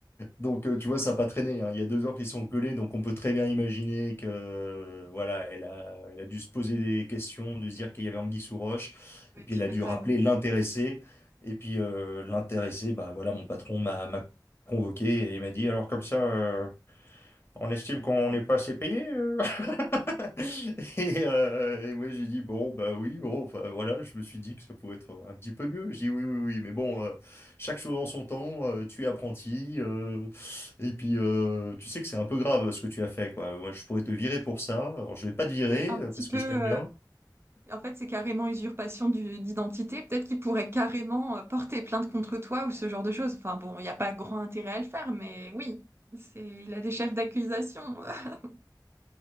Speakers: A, on the left (about 30°); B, on the right (about 35°).
A: Donc, euh, tu vois, ça n'a pas traîné. hein. Il y a deux heures qu'ils sont collés, donc on peut très bien imaginer que, euh, voilà, elle a, elle a dû se poser des questions, de se dire qu'il y avait anguille sous roche,
B: Ouais,
A: et puis
B: tu
A: elle a
B: m'étonnes.
A: dû rappeler l'intéressé. Et puis euh, l'intéressé, bah voilà, mon patron m'a m'a convoqué et il m'a dit, alors comme ça, euh, on estime qu'on n'est pas assez payé. euh <laughs> Et, euh, et moi j'ai dit bon bah oui bon enfin voilà je me suis dit que ça pouvait être un petit peu mieux j'ai dit oui oui oui mais bon euh, chaque chose en son temps euh, tu es apprenti euh, et puis euh, tu sais que c'est un peu grave ce que tu as fait quoi moi je pourrais te virer pour ça alors je vais pas te virer
B: C'est un
A: euh,
B: petit
A: parce
B: peu
A: que je t'aime bien
B: euh, En fait, c'est carrément usurpation du- d'identité. Peut-être qu'il pourrait carrément euh, porter plainte contre toi ou ce genre de choses. Enfin bon, il n'y a pas grand intérêt à le faire, mais oui, c'est, il a des chefs d'accusation. <laughs>